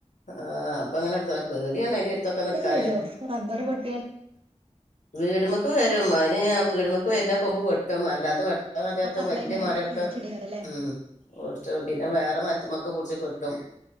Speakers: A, on the left; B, on the right.
A: ആ അപ്പൊ അങ്ങനെടുത്ത്പോയ പേടിയാണ് അതിന്റെ അടുത്തൊക്കെ നിക്കാ
B: വരു റബ്ബർ പൊട്ട
A: വീടമക്ക് വരും അതിന് ഞ വീടുമക്ക് വരുന്ന കൊമ്പ് വെട്ടും അല്ലാത്ത വെ അതിനകത്ത്
B: അപ്പൊക്കെ അപ്പളെ
A: വലിയ
B: ഇങ്ങനെ
A: മരൊക്കെ
B: ഒടിച്ചിടേക്കാരല്ലേ
A: ഉം ഒടിച്ചിടും പിന്നെ വേറെ മരത്തുമ്മക്ക് പിടിച്ച് കെട്ടും